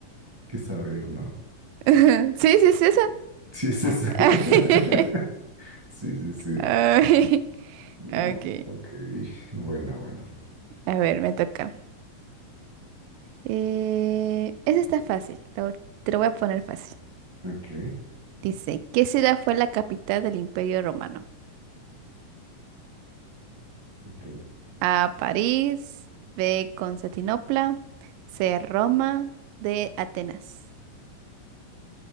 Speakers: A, on the right; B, on the right.
A: que saber, ¿no?
B: <laughs> Sí, sí, es esa.
A: Sí, es esa.
B: <laughs>
A: <laughs> Sí, sí, sí.
B: Ay,
A: No,
B: Ok.
A: ok. Bueno, bueno.
B: A ver, me toca. Eh, esa está fácil. la ul- te lo voy a poner fácil.
A: Ok,
B: Dice, ¿qué ciudad fue la capital del Imperio Romano?
A: ok.
B: A París, B Constantinopla, C Roma, D Atenas.